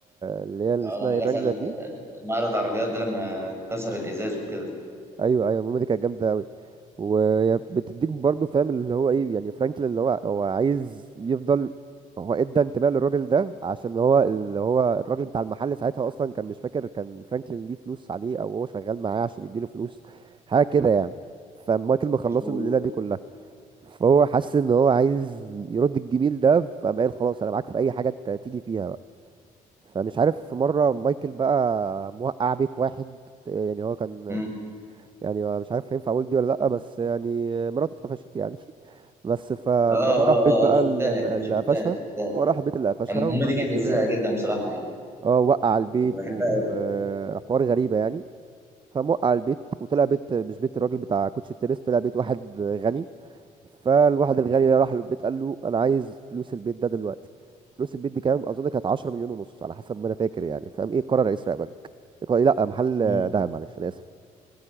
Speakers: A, on the right; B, on the right.
A: اللي هي اللي
B: اه
A: اسمها
B: لما
A: إيه، الرانجلر
B: دخل
A: دي
B: آه، معرض عربيات ده لما كسر الإزاز وكده
A: ايوه ايوه المهم دي كانت جامدة قوي وهي بتديك برضو فاهم اللي هو ايه يعني فرانكلين اللي هو هو عايز يفضل هو ادى انتباه للراجل ده عشان هو اللي هو الراجل بتاع المحل ساعتها اصلا كان مش فاكر كان فرانكلين ليه فلوس عليه او هو شغال معاه عشان يديله فلوس حاجة كده يعني فمايكل مخلصه
B: مظبوط
A: من الليلة دي كلها فهو حس ان هو عايز يرد الجميل ده فقام قال خلاص انا معاك في اي حاجه انت تيجي فيها بقى فمش عارف في مره مايكل بقى موقع بيت واحد يعني هو كان
B: مم.
A: يعني هو مش عارف ينفع اقول دي ولا لا بس يعني مراته اتقفشت يعني <laughs> بس ف... فهو
B: اه اه
A: راح بيت
B: اه
A: بقى
B: اه شفتها
A: ال- ال-
B: دي
A: اللي
B: شفتها
A: قفشها
B: شفتها
A: هو راح بيت اللي قفشها
B: المهمة
A: وبعد
B: دي كانت
A: كده
B: لذيذة جدا بصراحة يعني
A: اه وقع البيت
B: كنت بحبها
A: وحوار
B: أوي
A: غريبة يعني فموقع البيت وطلع بيت مش بيت الراجل بتاع كوتش التنس طلع بيت واحد غني فالواحد الغني ده راح للبيت قال له انا عايز فلوس البيت ده دلوقتي فلوس البيت دي كام اظن كانت 10 مليون ونص على حسب ما انا فاكر يعني فاهم ايه قرر يسرق بنك قال- لا محل
B: مم.
A: دهب معلش انا اسف